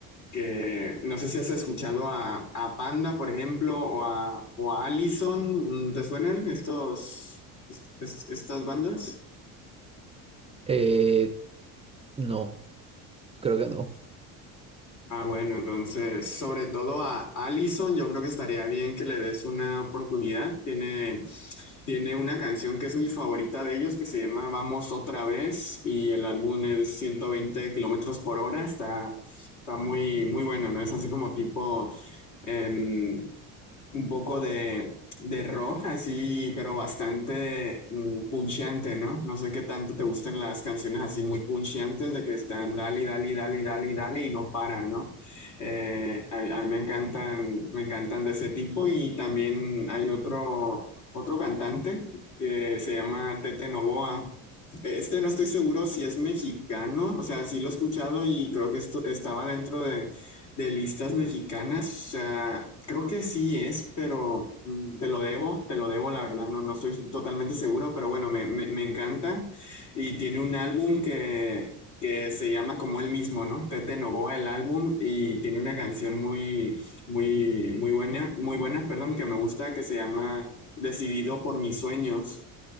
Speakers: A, on the left; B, on the right.
A: que no sé si has escuchado a, a Panda, por ejemplo, o a, o a Allison. ¿Te suenan estos, est- estas bandas?
B: Eh, no. Creo que no.
A: Ah, bueno, entonces, sobre todo a Allison, yo creo que estaría bien que le des una oportunidad. Tiene, tiene una canción que es mi favorita de ellos, que se llama Vamos otra vez, y el álbum es Ciento veinte kilómetros por hora. Está, está muy, muy bueno, ¿no? Es así como tipo, em, un poco de de rock, así, pero bastante mm, puncheante, ¿no? No sé qué tanto te gustan las canciones así muy puncheantes de que están dale, dale, dale, dale, dale y no paran, ¿no? Eh, a, a mí me encantan, me encantan de ese tipo y también hay otro, otro cantante que se llama Tete Novoa. Eh, Este no estoy seguro si es mexicano, o sea, sí lo he escuchado y creo que esto estaba dentro de de listas mexicanas, o sea, creo que sí es, pero mm, te lo debo, te lo debo, la verdad, no, no estoy totalmente seguro, pero bueno, me, me- me encanta. Y tiene un álbum que, que se llama como él mismo, ¿no? Tete Novoa, el álbum, y tiene una canción muy, muy, muy buena, muy buena, perdón, que me gusta, que se llama Decidido por mis sueños.